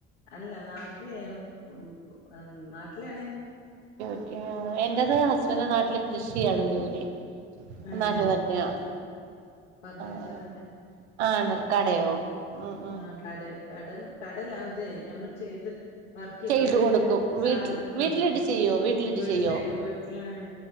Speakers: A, on the left (about 85°); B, on the right (about 85°).
A: അല്ല നാട്ടിലേ ഉം ഉം പം എ നാട്ടിലാണ്
B: ക്കെ. എന്റത് ഹസ്ബൻഡ് നാട്ടില് കൃഷിയാണ് ജോലി.
A: ഏഹ്
B: നാട്ടിൽ തന്നെയാ
A: ഫർ ഫർണിച്ചർ
B: ആഹ്
A: ആണ്.
B: ആണൽ കടയോ ഉം ഉം
A: ആഹ് കടേ കട കടല്ല ഇദേ ഞമ്മൾ ചെയ്ത് വർക്ക്
B: ചെയ്തു
A: ഇതിന്
B: കൊടുക്കും
A: സാധനം
B: വീട്ടിൽ വീട്ടിലിട്ട്
A: ഉം
B: ചെയ്യോ വീട്ടിലിട്ട്
A: വീട്ടില്
B: ചെയ്യോ
A: വീട്ടിലാണേ